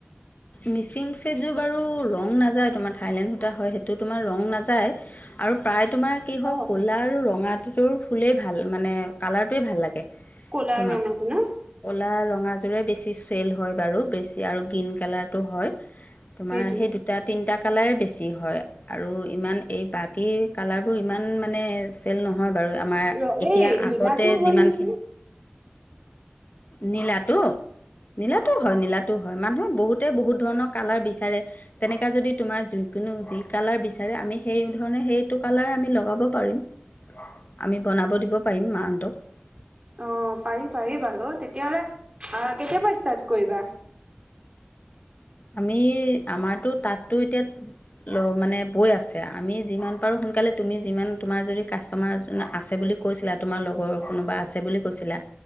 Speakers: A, on the left; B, on the right.
A: মিচিং ছেটযোৰ বাৰু ৰং নাযায় তোমাৰ, থাইলেণ্ড সূতা হয় সেইটো তোমাৰ ৰং নাযায়। আৰু প্ৰায় তোমাৰ কি হয়ক
B: অ
A: ক'লা আৰু ৰঙাটোৰ ফুলেই ভাল মানে কালাৰটোৱেই ভাল লাগে।
B: ক'লা
A: তোমাৰ
B: আৰু ৰঙাটো ন
A: কলা ৰঙা যোৰে বেছি চেল হয় বাৰু বেছি আৰু গ্ৰীণ কালাৰটো হয়। তোমাৰ
B: সেইটোৱে
A: সেই দুটা তিনিটাত কালাৰে বেছি হয় আৰু ইমান এই বাকী কালাৰবোৰ ইমান মানে চেল নহয় বাৰু। আমাৰ
B: ৰ
A: এতিয়া
B: এই নীলাটো
A: আগতে
B: হয়
A: যিমানখিনি
B: নেকি
A: নীলাটো? নীলাতো হয়, নীলাাটো হয়, মানুহে বহুত বহুত ধৰণৰ কালাৰ বিচাৰে, তেনেকা যদি তোমাৰ য, কোনো যি কালাৰ বিচাৰে আমি সেই ধৰণে সেইটো কালাৰে আমি লগাব পাৰিম, আমি বনাব দিব পাৰিম <unintelligible>
B: অ', পাৰি পাৰি বাৰু তেতিয়াহলে আহ কেতিয়াবা ষ্টাৰ্ট কৰিবা?
A: আমি আমাৰতো তাতো এতিয়া ল মানে বৈ আছে আমি যিমান পাৰোঁ সোনকালে তুমি যিমান তোমাৰ যদি কাষ্টমাৰ আছে বুলি কৈ কৈছিলা, তোমাৰ লগৰ কোনোবা আছে বুলি কৈছিলা।